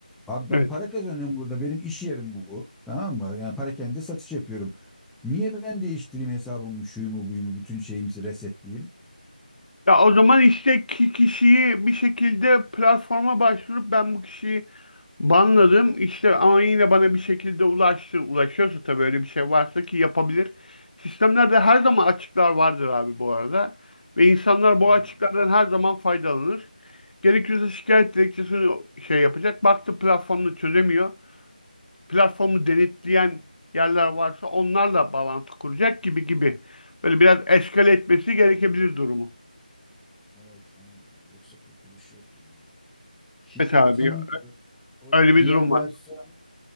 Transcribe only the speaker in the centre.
abi
ben para kazanıyorum burada benim iş yerim bu tamam mı yani parakende satış yapıyorum niye ben değiştireyim hesabımı şuyumu buyumu bütün şeyimizi resetleyeyim?
Ha,
Evet, aynen ya. Yoksa kurtuluş yok yani. Şimdi
o zaman e, o
diğer
versiyon